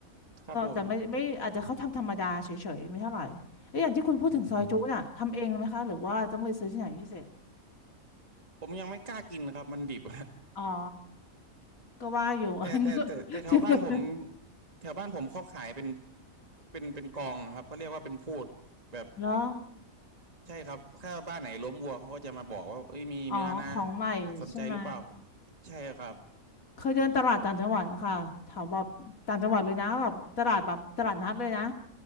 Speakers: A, on the right (about 25°); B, on the left (about 75°).
A: ครับผม
B: ก็แต่ไม่ไม่อาจจะเขาทำธรรมดาเฉยๆไม่เท่าไหร่เอ้ยอย่างที่คุณพูดถึงซอยจุน่ะทำเองไหมคะหรือว่าต้องไปซื้อที่ไหนพิเศษ
A: อืมผมยังไม่กล้ากินครับมันดิบ
B: อ๋อ ก็ว่าอยู่
A: <laughs>
B: <laughs> อันนี้ก็ที่ฝึก
A: แต่แต่แต่แต่แถวบ้านผมแถวบ้านผมเขาขายเป็นเป็นเป็นกองครับเขาเรียกว่าเป็นพูดแบบ
B: แล้ว
A: ใช่ครับถ้าบ้านไหนล้มวัวเขาก็จะมาบอกว่าเอ้ยมีเนื้อนะ
B: อ๋อของใหม่ใช่ไหม
A: สนใจหรือเปล่าใช่ครับ
B: เคยเดินตลาดต่างจังหวัดนะคะแถวแบบต่างจังหวัดเลยนะแบบตลาดแบบตลาดนัดเลยนะ